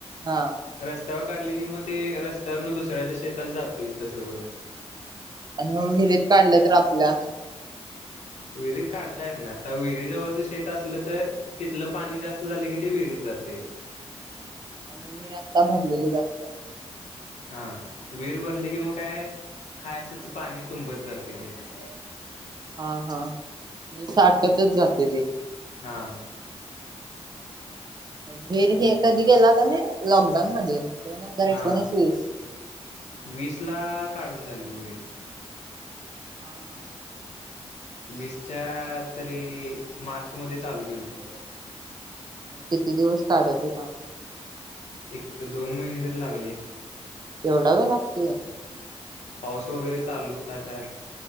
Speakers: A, on the right; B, on the left.
A: हा
B: रस्त्यावर -- काढल की मग ते रस्त्यावरन दुसऱ्याच्या शेतात जातयचं तस पण.
A: आणि मग विहिरीत काढल्या तर आपल्या?
B: विहिरीत काढतायेत नाही आता विहिरी जवळच शेत असलं तर तिथलं पाणी जास्त झालं की ती विहिरीत जातयं.
A: आणि विहीर आत्ता भरलेले जास्त हाय.
B: हा वीर भरली की मग काय हाय असं तू पाणी तुंबत जातेयं ते.
A: हा, हा. म्हजे साठतच जातयं ते.
B: हा.
A: <unintelligible> हे कधी गेला होता ने लॉकडाऊन मध्ये दोन हजार
B: हा
A: एकोणीस वीस
B: वीस ला काढून झाली ब विहीर.
A: हा, हां.
B: वीसच्या तरी मार्च मध्ये चालु केली ती.
A: किती दिवस काढत होता म?
B: एक, दोन महिने तरी लागले.
A: एवढा वेळ लागतोय?
B: पाऊस वगैरे चालु होता. त्यात